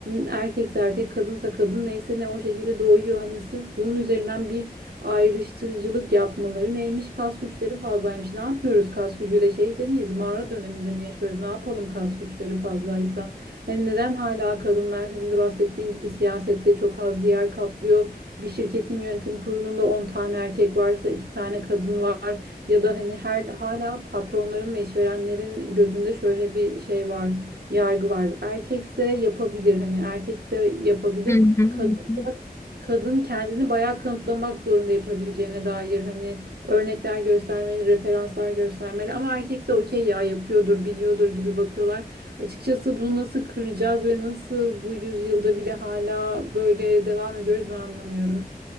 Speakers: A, on the right; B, on the left.
A: erkekse erkek, kadınsa kadın neyse ne o şekilde doğuyor. Hani sırf bunun üzerinden bir ayrıştırıcılık yapmaları neymiş? Kas güçleri fazlaymış. Ne yapıyoruz kas gücüyle? şey miyiz? Mağara döneminde mi yaşıyoruz? Ne yapalım kas güçleri fazlaysa? Hani neden hala kadınlar senin de bahsettiğin gibi siyasette çok az bir yer kaplıyor? bir şirketin yönetim kurulunda 10 tane erkek varsa 2 tane kadın var ya da hani her hala patronların ve işverenlerin gözünde şöyle bir şey var, yargı var. Erkekse yapabilir hani erkekse yapabilir.
B: Hı hı. hı
A: kadınsa
B: hı.
A: kadın kendini bayağı kanıtlamak zorunda yapabileceğine dair hani örnekler göstermeli, referanslar göstermeli ama erkekse okey ya yapıyordur, biliyordur gibi bakıyorlar. Açıkçası bunu nasıl kıracağız ve nasıl bu yüzyılda bile hala böyle devam ediyoruz ben anlamıyorum.